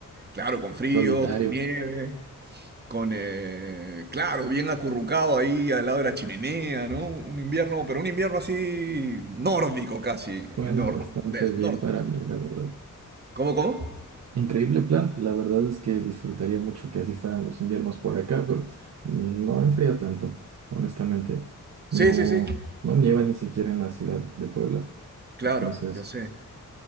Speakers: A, on the right; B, on the right.
A: Claro, con frío,
B: solitario.
A: con nieve, con, eh, claro, bien acurrucado ahí al lado de la chimenea, ¿no? Un invierno, pero un invierno así nórdico casi,
B: Bueno,
A: nor-
B: bastante
A: del
B: bien
A: norte.
B: para mí, la verdad.
A: ¿Cómo, cómo?
B: Increíble plan, la verdad es que disfrutaría mucho que así fueran los inviernos por acá, pero no enfría tanto, honestamente.
A: Sí,
B: No,
A: sí, sí.
B: no nieva ni siquiera en la ciudad de Puebla,
A: Claro,
B: entonces
A: yo sé,